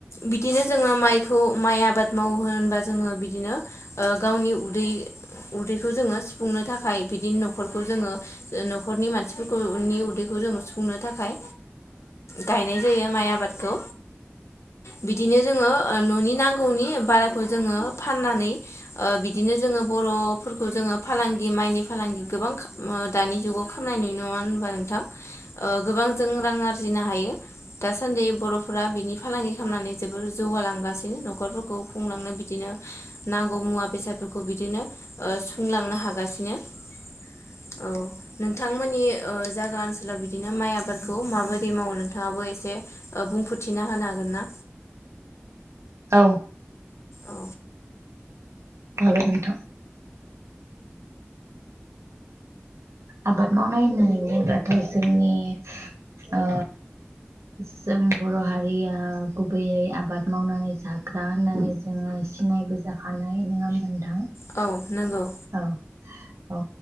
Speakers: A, on the left; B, on the right.
A: बिदिनो जोङो माइखौ माइ आबाद मावो होनबा जोङो बिदिनो गावनि उदै उदैखौ जोङो सुफुंनो थाखाय। थाखाय बिदिनो न'खरखौ जोङो न'खरनि मानसिफोरखौनि उदैखौ जोंङो सुफुंनो थाखाय गायनाय जायो माइ आबादखौ बिदिनो जोङो न'नि नांगौनि बाराखौ जोङो फाननानै बिदिनो जोङो बर'फोरखौ जोङो फालांगि माइनि फालांगि गोबां दानि जुगाव खालामनाय नङा होनबा नोंथां गोबां जों रां आरजिनो हायो। दासान्दि बर'फोरा बिनि फालांगि खालामनानै जोबोर जौगालांगासिनो। बिदिनो न'खरफोरखौ खुंलांनो बिदिनो नांगौ मुवा बेसादफोरखौ बिदिनो सुंलांनो हागासिनो औ नोंथांमोननि जागा। बिदिनो माइ आबादखौ माबोरै मावो नोंथाङाबो एसे बुंफोरथिना होनो हागोनना?
B: औ।
A: औ
B: हागोन नोंथां। आबाद मावनाय होनोबाथ' जोंनि औ। जों बर' हारिया गुबैयै आबाद मावनानै जाग्रा होननानै जोङो। सिनाय बोजाखानाय नङा होनबा नोंथां
A: औ। नंगौ
B: औ। औ